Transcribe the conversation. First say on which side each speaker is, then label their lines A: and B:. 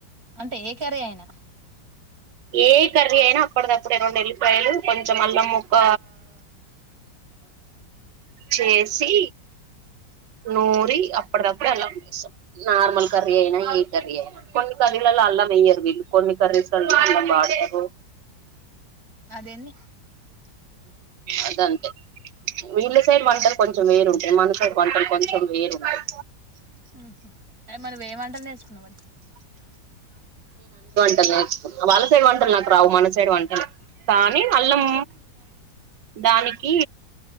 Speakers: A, on the right (about 50°); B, on the right (about 75°).
A: అంటే ఏ తరే అయినా
B: ఏ కర్రీ అయినా అప్పడిదప్పుడే రెండు ఎల్లిపాయలు కొంచెం అల్లం ముక్క చేసి నూరి అప్పడిదప్పుడు అల్లం వేస్తాం నార్మల్ కర్ ఐనా ఏ కర్రీ అయినా కర్రీలల్ల అల్లం వెయ్యరు వీళ్ళు కొన్ని కర్రీస్ లల్ల <inaudible>
A: దేన్నీ
B: అదంతే వీళ్ళ సైడ్ వంటలు కొంచెం వేరుంటాయి మన సైడ్ వంటలు కొంచెం వేరుంటాయి
A: ఊహూ మరివేం వంటలు నేర్చుకున్నావ్ మరి
B: టలు నేర్చుకున్న వాళ్ళ సైడ్ వంటలు నాకు రావు మన సైడ్ వంటలే కానీ అల్లం దానికి